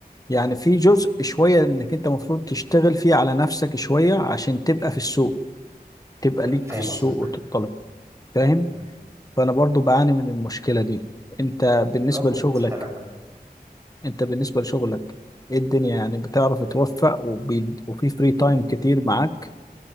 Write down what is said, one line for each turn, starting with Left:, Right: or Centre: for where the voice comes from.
Left: يعني في جزء شوية إنك أنت المفروض تشتغل فيه على نفسك شوية عشان تبقى في السوق تبقى ليك
Right: فاهم
Left: في السوق
Right: قصدك
Left: وتطلب فاهم
Right: مم.
Left: فأنا برضو
Right: مم.
Left: بعاني من المشكلة دي أنت بالنسبة
Right: بتقبض
Left: لشغلك
Right: حالك
Left: انت بالنسبة لشغلك ايه الدنيا يعني بتعرف توفق وبي... وفي فري تايم كتير معاك